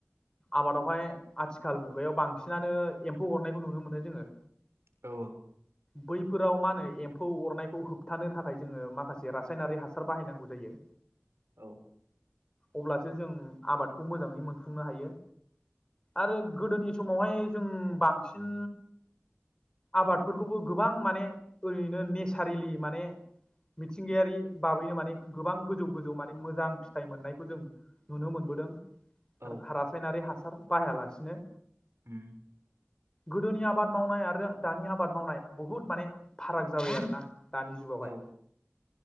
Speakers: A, on the left; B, on the right.
A: आबादावहाय आथिखाल मुगायाव बांसिनानो एम्फौ अरनायखौ नुनो मोनो जोङो
B: औ
A: बैफोराव मा होनो एम्फौ अरनायखौ होब थानो थाखाय जोङो माखासे रासायनारि हासार बाहायनांगौ जायो।
B: औ
A: अब्लासो जों आबादखौ मोजाङै मोनफुंनो हायो आरो गोदोनि समावहाय जों बांसिन आबादफोरखौबो गोबां माने ओरैनो नेसारेलि माने मिथिंगायारि बाबैनो माने गोबां गोजौ गोजौ माने मोजां फिथाइ मोननायखौ जों नुनो मोनबोदों।
B: औ
A: <unintelligible> रासायनारि हा सार बाहायालासिनो
B: उम
A: गोदोनि आबाद मावनाय आरो दानि आबाद मावनाय बहुद माने फाराग जाबाय आरोना दानि जुगावहाय
B: औ